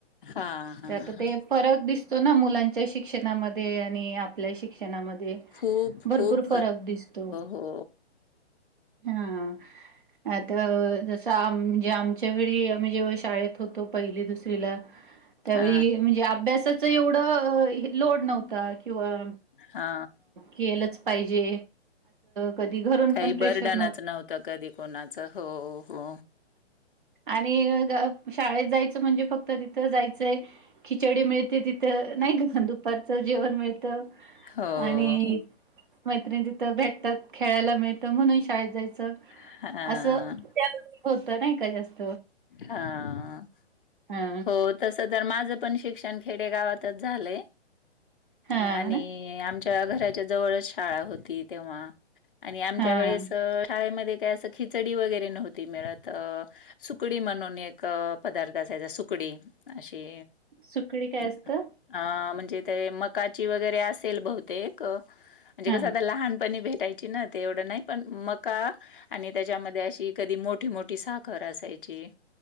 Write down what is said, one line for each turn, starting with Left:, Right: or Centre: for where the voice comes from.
Left: हा हा
Right: ते आता ते फरक दिसतो ना मुलांच्या शिक्षणामध्ये आणि आपल्या शिक्ष शिक्षणामध्ये
Left: खूप
Right: भरपूर
Left: खूप
Right: फरक दिसतो.
Left: हो
Right: हा. <unintelligible> आता जसं आम म्हणजे आमच्या वेळी आम्ही जेव्हा शाळेत होतो पहिली दुसरीला त्यावेळी
Left: हा
Right: म्हणजे अभ्यासाच एवढं लोड नव्हता. किंवा,
Left: हा
Right: केलंच पाहिजे. कधी घरून
Left: काही
Right: पण प्रेशर
Left: बर्डनच नव्हतं कधी कोणाचं. हो, हो
Right: आणि शाळेत जायचं म्हणजे, फक्त तिथं जायचं खिचडी मिळते, तिथ नाही दु दुपारचं जेवण मिळत,
Left: हो
Right: आणि
Left: हो
Right: मैत्रिणी तिथं भेटतात, खेळायला मिळत, म्हणून शाळेत जायचं
Left: हा
Right: असं त्यावेळी होत नाही का, जास्त
Left: हा,
Right: हा
Left: हो, तस तर माझ पण शिक्षण खेडे गावातच झालाय,
Right: हा
Left: आणि
Right: ना
Left: आमच्या घराच्या जवळच शाळा होती तेव्हा, आणि आमच्या
Right: हा
Left: वेळेस शाळेमध्ये काय असं, खिचडी वगैरे नव्हती मिळत. सुकडी म्हणून एक पदार्थ असायचा, सुकडी अशी
Right: सुकडी काय
Left: ते,
Right: असतं
Left: आ म्हणजे? तिथे मकाची वगैरे असेल बहुतेक, म्हणजे
Right: हा
Left: कसं आता लहानपणी भ द्यायचे ना, ते एवढं नाही पण मका आणि त्याच्यामध्ये अशी कधी मोठी, मोठी, साखर याची